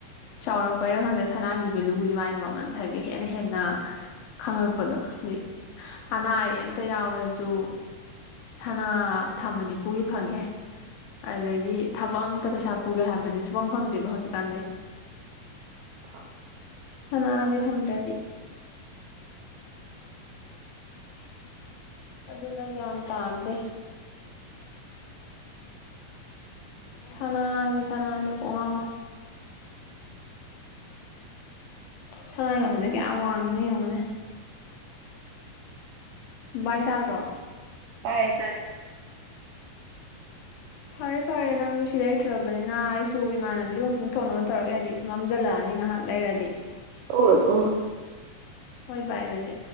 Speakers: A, on the left; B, on the right.
A: ꯆꯥꯎꯔꯛꯄꯩꯔꯥ ꯈꯪꯗꯦ ꯁꯅꯥꯟꯒꯤ ꯚꯦꯂꯨꯁꯦ ꯃꯥꯒꯤ ꯃꯃꯜ ꯍꯥꯏꯕꯗꯤ ꯍꯦꯟꯅ ꯍꯦꯟꯅ ꯈꯪꯉꯛꯄꯗꯣꯗꯤ ꯑꯅꯥ ꯑꯌꯦꯛ ꯑꯝꯇ ꯌꯥꯎꯔꯁꯨ ꯁꯅꯥ ꯊꯝꯃꯗꯤ ꯄꯨꯒꯦ ꯐꯪꯉꯦ ꯑꯗꯒꯤ ꯊꯕꯛ ꯑꯝꯇ ꯄꯩꯁꯥ ꯄꯨꯒꯦ ꯍꯥꯏꯕ ꯁꯨꯐꯪ ꯐꯪꯗꯦꯕ ꯍꯧꯖꯤꯛ ꯀꯥꯟꯖꯦ
B: <unintelligible>
A: ꯁꯅꯥꯖꯦ ꯊꯝꯗ꯭ꯔꯗꯤ <unintelligible> ꯑꯗꯨꯅ ꯒ꯭ꯌꯥꯟ ꯇꯥꯗꯦ ꯁꯅꯥ ꯍꯥꯏꯕ ꯁꯅꯥꯖꯦ ꯀꯣꯡ ꯉꯥꯎꯔꯦ ꯁꯅꯥꯏ ꯃꯃꯜꯖꯦ ꯀꯌꯥꯝ ꯋꯥꯡꯉꯤꯅꯣ ꯌꯦꯡꯉꯨꯅꯦ ꯃꯥꯏ ꯇꯥꯗ꯭ꯔꯣ
B: ꯇꯥꯏꯌꯦ ꯇꯥꯏ
A: ꯐꯔꯦ ꯐꯔꯦ ꯅꯪꯖꯨ ꯁꯤ ꯂꯩꯇ꯭ꯔꯕꯅꯤꯅ ꯑꯩꯁꯨ ꯏꯃꯥꯟꯅꯕꯤꯗ ꯋꯥꯛꯀꯤꯡ ꯊꯣꯛꯅꯕ ꯇꯧꯔꯒꯦ ꯍꯥꯏꯗꯤ ꯃꯝꯖꯜꯂꯛꯑꯅꯤ ꯉꯥꯍꯥꯛ ꯂꯩꯔꯗꯤ <inaudible>
B: ꯊꯣꯛꯎꯔꯣ ꯊꯣꯛꯎꯔꯣ
A: ꯍꯣꯏ ꯚꯥꯏ ꯑꯗꯨꯗꯤ